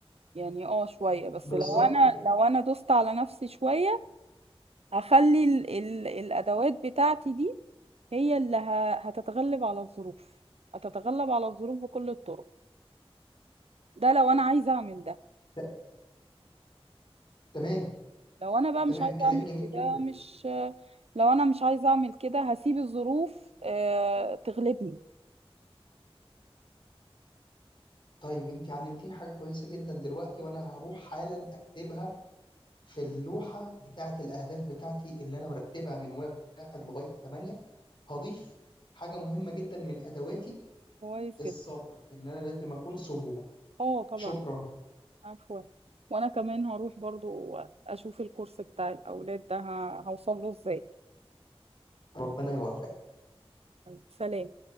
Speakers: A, on the right; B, on the left.
A: يعني اه شوية بس
B: بالظبط
A: لو انا
B: كده
A: لو انا دوست على نفسي شوية هخلي ال ال الادوات بتاعتي دي هي اللي ه- هتتغلب على الظروف هتتغلب على الظروف بكل الطرق ده لو انا عايزه اعمل ده
B: ت- تمام
A: لو انا بقى
B: تمام
A: مش عايزه
B: كلام
A: اعمل
B: جميل
A: كده
B: جدا
A: مش لو انا مش عايزه اعمل كده هسيب الظروف آه تغلبني
B: طيب انت علمتيني حاجه كويسه جدا دلوقتي وانا هروح حالا اكتبها في اللوحه بتاعه الاهداف بتاعتي اللي انا مرتبها من واحد لغايه ثمانيه هضيف حاجه مهمه جدا من ادواتي
A: كويس
B: الصبر
A: جدا
B: ان انا لازم اكون صبور
A: اه طبعا
B: شكرا.
A: عفوا وانا كمان هروح برضو اشوف الكورس بتاع الاولاد ده ه- هوصل له ازاي
B: ربنا يوفقك.
A: سلام